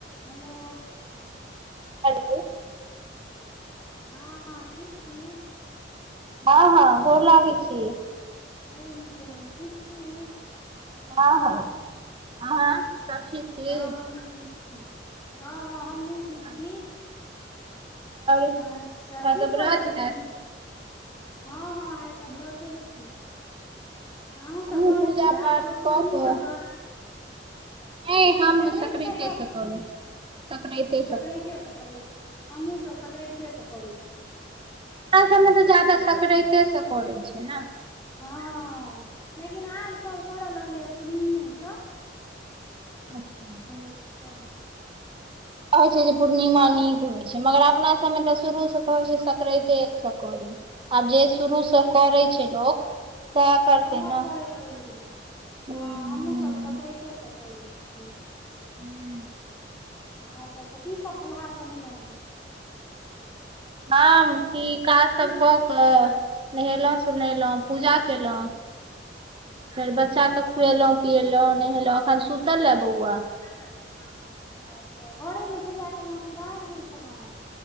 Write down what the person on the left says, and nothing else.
hello
हँ ठीक छी
खुब नीके रहु ठीक छी।
हँ हमहूँ ठीक छी हँ हँ हमहु ठीक
छी
अच्छा की
करै छी।
हँ हँ आइ तऽ व्रते छी अहूसब
सहै
छियै
आब ओए पूर्णिमासँ
कि सक्रान्तिसँ
सक्रतेसँ करैत छी हमहुसब सक्रतेसँ करैत छी
अच्छा
हँ लेकिन आबसब करै लगलैए पूर्णिमेसँ
अच्छा <inaudible>
आओर
वैहे
करैत रहि गेलै
हँ हमहुँ सब सक्रेत ते स करै छी
आर कहू तऽ कीसब फलहार बनेलौ हँ
हेँ
की
अच्छा घरेमे पूजा कलौ कि बाहर गेल छलौ है